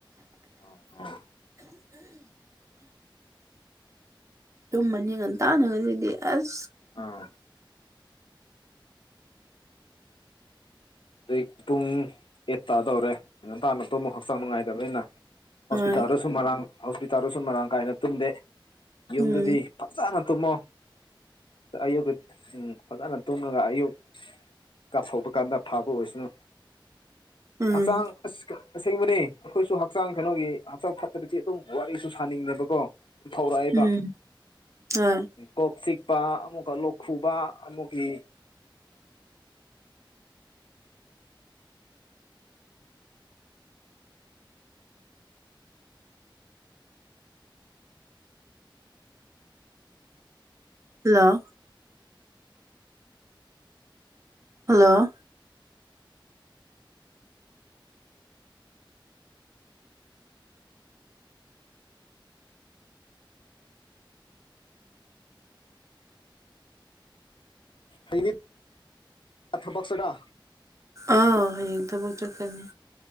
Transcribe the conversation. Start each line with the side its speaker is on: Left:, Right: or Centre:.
Left: ꯑ ꯎꯝ
Right: ꯆꯨꯝꯃꯅꯤ ꯉꯟ ꯇꯥꯟꯅꯒꯁꯤꯗꯤ ꯑꯁ
Left: ꯑꯥ ꯑꯗ ꯄꯨꯡ ꯑꯦꯠꯇꯥꯥꯗꯧꯔꯦ ꯅ ꯇꯅ ꯑꯇꯣꯞꯄ ꯍꯛꯆꯥꯡ ꯅꯨꯡꯉꯥꯏꯇꯕꯅꯤꯅ ꯍꯣꯁꯄꯤꯇꯥꯜꯗꯁꯨ
Right: ꯍꯣꯏ
Left: ꯃꯔꯥꯡ ꯍꯣꯁꯄꯤꯇꯥꯜꯗꯁꯨ ꯃꯔꯥꯡ ꯀꯥꯏꯅ ꯇꯨꯝꯗꯦ ꯌꯨꯝꯗꯗꯤ
Right: ꯎꯝ
Left: ꯐꯖꯅ ꯇꯨꯝꯃꯣ ꯑꯌꯨꯛ ꯐꯖꯅ ꯇꯨꯝꯂꯒ ꯑꯌꯨꯛ ꯀꯥꯞꯊꯣꯛꯄ ꯀꯥꯟꯗ ꯊꯥꯕ ꯑꯣꯏꯁꯅ
Right: ꯎꯝ
Left: ꯍꯛꯆꯥꯡ ꯑꯁ ꯑꯁꯦꯡꯕꯅꯤ ꯑꯩꯈꯣꯏꯁꯨ ꯍꯛꯆꯥꯡ ꯀꯩꯅꯣꯒꯤ ꯍꯛꯆꯥꯡ ꯐꯠꯇ꯭ꯔꯗꯤ ꯑꯗꯨꯝ ꯋꯥꯔꯤꯁꯨ ꯁꯥꯅꯤꯡꯉꯦꯕꯀꯣ ꯊꯧꯔꯛꯏꯕ
Right: ꯎꯝ ꯍꯣꯏ
Left: ꯀꯣꯛꯁꯤꯛ ꯂꯄ ꯑꯃꯨꯛꯀ ꯂꯧꯣꯛ ꯈꯨꯨꯕ ꯑꯃꯨꯛꯀꯤ
Right: ꯍꯜꯂꯣ ꯍꯜꯂꯣ
Left: ꯑꯩ ꯊꯕꯛ ꯆꯒ
Right: ꯑ ꯍꯗꯕꯨ ꯆꯔꯀꯅꯤ